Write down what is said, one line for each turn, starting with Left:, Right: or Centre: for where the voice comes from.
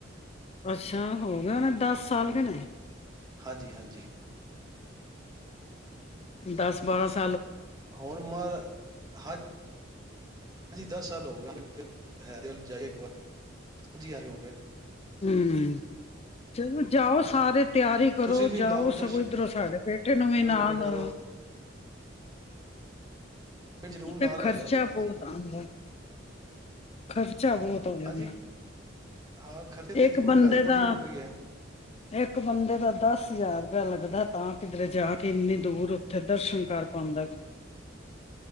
Left: ਅੱਛਾ ਹੋ ਗਿਆ ਹਨਾ ਦਸ ਸਾਲ ਦੇ ਨੇ
Right: ਹਾਂਜੀ ਹਾਂਜੀ
Left: ਦਸ ਬਾਰਾਂ ਸ
Right: ਹੁਣ ਮਾਏ ਹਰ ਚੀਜ ਹਾਂਜੀ ਦਸ ਸਾਲ ਹੋ ਗਏ ਬਿਲ ਹੈਰਾਨ ਚਾਹੀਏ ਇਕ ਬਾਰ ਜੀਆਈ ਹੋ ਗਿਆ
Left: ਹਮ ਚਲੋ ਜਾਓ ਸਕੁ ਆਦਤ ਤਿਆਰੀ ਕਰੋ
Right: ਤੁਸੀਂ ਵੀ
Left: ਜਾਓ
Right: ਲਾਓ
Left: ਸਗੋਂ
Right: ਦਰਸ਼ਨ
Left: ਇਧਰੋਂ ਸਾਡੇ ਬੇਟੇ ਨੂੰ ਵੀ ਨਾਲ
Right: ਮੇਲੇ
Left: ਲਓ
Right: ਕਰੋ ਫਿਰ ਜ਼ਰੂਰ
Left: ਇਕ
Right: ਨਾਲ
Left: ਤੇ
Right: ਲੈ
Left: ਖ਼ਰਚਾ
Right: ਜਾਵਾਂਗੇ ਹਾਂਜੀ
Left: ਬਹੁਤ ਆਉਂਦਾ ਖ਼ਰਚਾ ਬਹੁਤ ਹੋ ਜਾਂਦਾ
Right: ਹਾਂਜੀ ਹਾਂ ਖਰਚੇ ਤੇ
Left: ਇੱਕ
Right: ਜੀ ਮਹਿੰਗਾਈ
Left: ਬੰਦੇ ਦਾ
Right: ਬੜੀ ਹੋ ਗਈ ਹੈ
Left: ਇੱਕ ਬੰਦੇ ਦਾ ਦਸ ਹਜ਼ਾਰ ਰੁਪਆ ਲੱਗਦਾ ਤਾਂ ਕਿਧਰੇ ਜਾ ਕੇ ਇੰਨੀ ਦੂਰ ਉੱਥੇ ਦਰਸ਼ਨ ਕਰ ਪਾਉਂਦਾ ਬੰਦਾ